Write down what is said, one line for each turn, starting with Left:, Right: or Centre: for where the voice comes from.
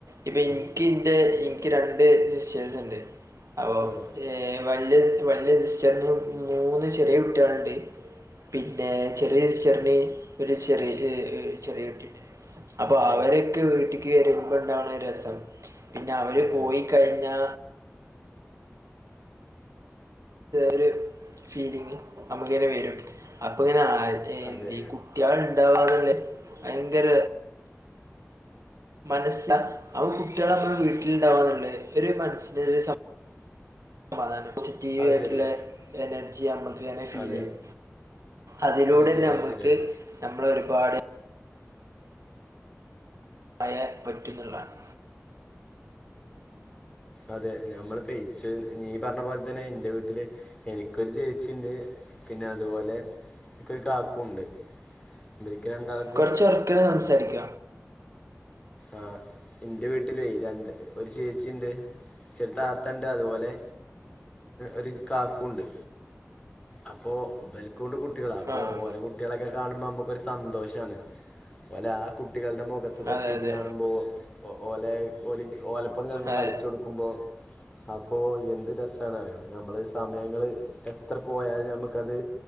Right: ഇപ്പൊ ഇനിക്ക് ഇന്റെ എനിക്ക് രണ്ട് സിസ്റ്റേഴ്സ് ഉണ്ട് അപ്പൊ.
Left: ആ
Right: ഏഹ് വലിയ വലിയ സിസ്റ്ററിന് മൂന്ന് ചെറിയ കുട്ടികളുണ്ട്. പിന്നെ ചെറിയ സിസ്റ്റർന് ഒരു ചെറിയ ചെറിയ കുട്ടിയുണ്ട്. അപ്പൊ
Left: ആഹ്
Right: അവരൊക്കെ വീട്ടിൽ. അവര് വരുമ്പണ്ടാവണ രസം പിന്നെ അവര്
Left: അതെ
Right: പോയി കഴിഞ്ഞാ. ഒരു ഫീലിങ് നമക്ക് ഇങ്ങനെ വരും. അപ്പൊ ഇങ്ങനെ ആഹ്
Left: അതെ
Right: എന്ത് കുട്ടികൾ ഇണ്ടാവാന്നല്ലേ. ഭയങ്കര മനസ്സ് അവ കുട്ടികൾ നമ്മള വീട്ടിലുണ്ടാവാന്നുള്ള ഒരു മനസ്ന് ഒരു. സമാധാന പോസിറ്റീവ്
Left: അത്
Right: ആയിട്ടുള്ള
Left: ശരിയാ
Right: എനർജി നമ്മൾ. ഫീൽ
Left: അതെ
Right: ചെയ്യും അതിലൂടെ
Left: അത് ശരിയാണ്
Right: നമക്ക്
Left: അത് ശരിയാണ്
Right: നമ്മൾ ഒരുപാട്. പയ പെറ്റുന്നുള്ളതാണ്.
Left: അതെ നമ്മള് പേച്ച് നീ പറഞ്ഞ പോലെ തന്നെ എന്റെ വീട്ടില്. എനിക്കൊരു ചേച്ചിണ്ട് പിന്നെ അതുപോലെ എനിക്കൊരു കാക്കുണ്ട്. <unintelligible> രണ്ടാക്കും.
Right: കുറച്ച് ഒറ്റ സംസാരിക്ക.
Left: ആഹ് ഇന്റെ വീട്ടില് രണ്ട് ഒരു ചേച്ചിണ്ട്. ച്ചാര് താത്തണ്ട് അതുപോലെ ഒരു കാക്കുണ്ട്. അപ്പൊ ബലക്ക കൊണ്ട് കുട്ടികളാ അപ്പോ
Right: ആഹ്
Left: ഓല്ക്കുണ്ട് കുട്ടികള് ഓല കുട്ടികളൊക്കെ കാണുമ്പോ നമ്മുക്കരു സന്തോഷമാണ്. പോലെ ആഹ് കുട്ടികളുടെ മുഖത്ത്
Right: അതെ
Left: ചിരികാണുമ്പോ.
Right: അതെ
Left: ഓല ഓല ഓലപ്പങ്ങനെ അങ്ങ്
Right: അതെ
Left: കളിച്ചു കൊടുക്കുമ്പോ. അപ്പോ എന്ത് രസണറിയോ നമ്മള സമയങ്ങള് എത്ര. പോയാൽ നമുക്കത്